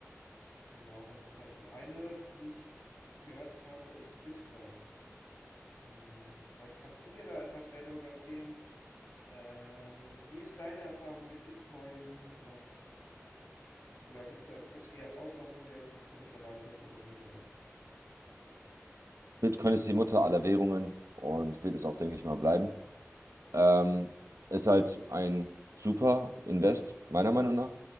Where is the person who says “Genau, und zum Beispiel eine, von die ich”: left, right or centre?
Left